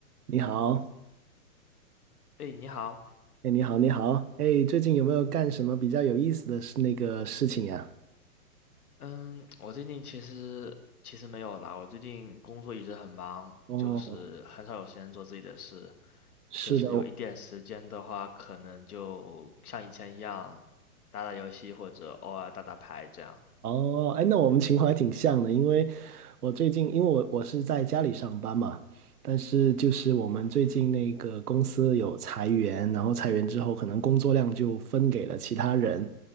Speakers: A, on the right; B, on the left.
A: 你好，
B: 哎，你好，
A: 哎，你好，你好，哎，最近有没有干什么比较有意思的事那个事情呀？
B: 嗯，我最近其实其实没有啦，我最近工作一直很忙，
A: 哦，
B: 就是很少有时间做自己的事，
A: 是的，
B: 就是有一点时间的话，可能就像以前一样，打打游戏或者偶尔打打牌这样。
A: 哦，哎，那我们情况还挺像的，因为我最近，因为我我是在家里上班嘛，但是就是我们最近那个公司有裁员，然后裁员之后，可能工作量就分给了其他人，